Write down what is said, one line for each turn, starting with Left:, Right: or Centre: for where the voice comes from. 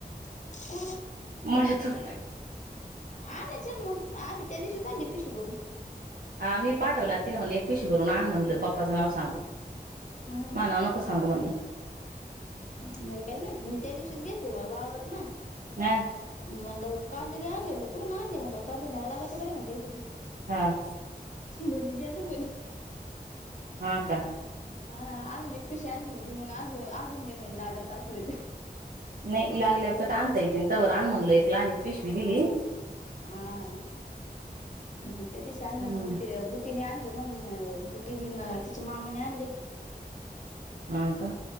Left: <inaudible>
Right: मळ्यातून
Left: आणायचे ना मग आम्ही त्या दिशीच आणली पिशी भरून
Right: आमी पाठवलं तिला म्हणले एक पिशी भरून आणन म्हणलं पप्पाचं नाव सांगून
Left: हम्
Right: मा नाव नको सांगू म्हणलं.
Left: नाही काय नाही मी त्या दिवशीच गेलते वा वावरात ना.
Right: हा
Left: म्हणलं कांदे लई आणलेल कुठून आणले म्हटलं कांदे न्याया लागतं म्हटलं इथून
Right: हां
Left: मनी दे ना मनी
Right: हां का?
Left: हां अजून एक पिशी आणली होती मग अज अजून दे म्हणल लागत असले तर
Right: नाही लागल्यावर चट आणता येतील. तवर आण म्हणलं एक लहानी पिशवी दिली.
Left: हां मग त्या दिशी आणली
Right: आणि
Left: मग
Right: म्हणलं
Left: ते बुटीने आणली. मग बुटीनी न तिच्या मामाने आणले.
Right: हां का